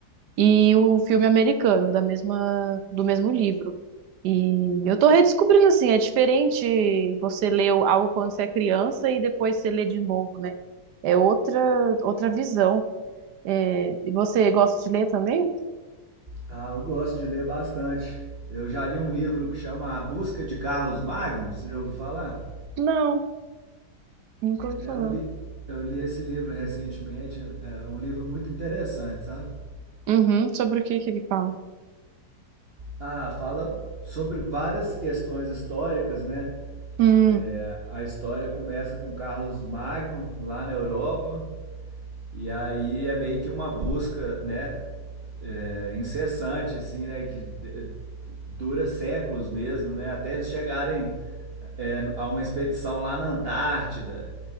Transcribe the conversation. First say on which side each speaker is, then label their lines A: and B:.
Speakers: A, on the right; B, on the right.
A: e o filme americano da mesma do mesmo livro. E eu tô redescobrindo assim, é diferente você ler algo quando você é criança e depois você lê de novo, né? É outra outra visão. É, e você gosta de ler também?
B: Ah, eu gosto de ler bastante. Eu já li um livro que chama A Busca de Carlos Magno, você já ouviu falar?
A: Não, nunca ouvi
B: É,
A: falar.
B: eu, li, eu li esse livro recentemente, é um livro muito interessante, sabe?
A: Uhum, sobre o que que ele fala?
B: Ah, fala sobre várias questões históricas, né?
A: Hum,
B: É, a história começa com Carlos Magno lá na Europa e aí é meio que uma busca, né, é, incessante assim, né, que de- dura séculos mesmo, né, até eles chegarem é, a uma expedição lá na Antártida.